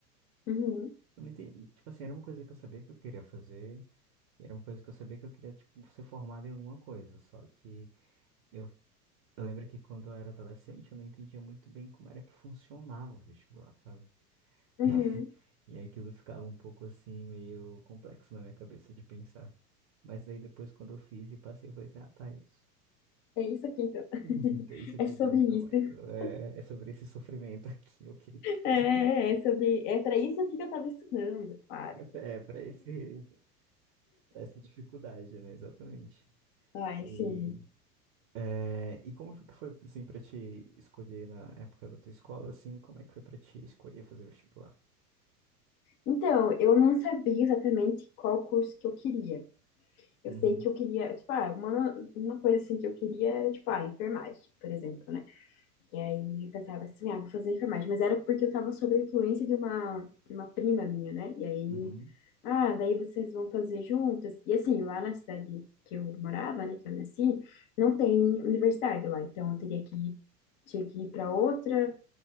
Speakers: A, on the left; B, on the right.
A: Uhum,
B: Eu não entendi, tipo assim, era uma coisa que eu sabia que eu queria fazer, e era uma coisa que eu sabia que eu queria, tipo, ser formado em alguma coisa. Só que eu, eu lembro que quando eu era adolescente eu não entendia muito bem como era que funcionava o vestibular, sabe?
A: uhum.
B: <laughs> E, e aí aquilo ficava um pouco assim, meio complexo na minha cabeça de pensar. Mas daí depois, quando eu fiz e passei, eu falei assim, ah, tá, é isso.
A: É isso aqui, então. <laughs>
B: <laughs> Tem isso aqui
A: É sobre
B: então, tá
A: isso.
B: bom. Então,
A: <laughs>
B: é, é é sobre esse sofrimento aqui, ok? <laughs>
A: É, é é sobre. É pra isso aqui que eu tava estudando, claro.
B: É, para esse, essa dificuldade, né? Exatamente.
A: Ai,
B: E,
A: sim.
B: é, e como foi que foi, assim, pra te escolher na época da tua escola, assim, como é que foi pra te escolher fazer vestibular?
A: Então, eu não sabia exatamente qual curso que eu queria. Eu
B: Uhum,
A: sei que eu queria, tipo, ah, uma, uma coisa assim que eu queria era, tipo, ah, enfermagem, por exemplo, né? E aí eu pensava assim, ah, vou fazer enfermagem. Mas era porque eu tava sob a influência de uma, uma prima minha, né? E aí,
B: uhum,
A: ah, daí vocês vão fazer juntas. E assim, lá na cidade que eu morava, né, que eu nasci, não tem universidade lá. Então, eu teria que ir, tinha que ir para outra